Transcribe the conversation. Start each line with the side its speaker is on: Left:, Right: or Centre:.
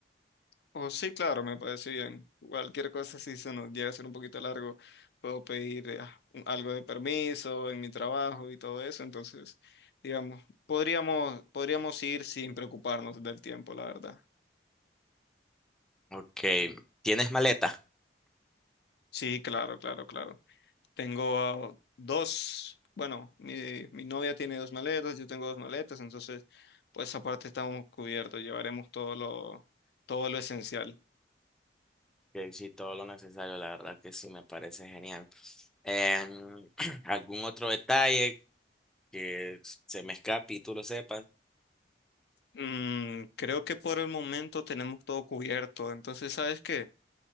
Left: Oh, sí, claro, me parece bien. Cualquier cosa, si se nos llega a ser un poquito largo, puedo pedir eh, ah, un- algo de permiso en mi trabajo y todo eso. Entonces, digamos, podríamos, podríamos ir sin preocuparnos del tiempo, la verdad.
Centre: Ok, ¿tienes maleta?
Left: Sí, claro, claro, claro. Tengo ah, dos, bueno, mi, mi novia tiene dos maletas, yo tengo dos maletas, entonces, pues aparte estamos cubiertos, llevaremos todo lo, todo lo esencial.
Centre: Que sí, todo lo necesario, la verdad que sí me parece genial. Em, <clears throat> algún otro detalle que se me escape y tú lo sepas,
Left: Mm, creo que por el momento tenemos todo cubierto. Entonces, ¿sabes qué?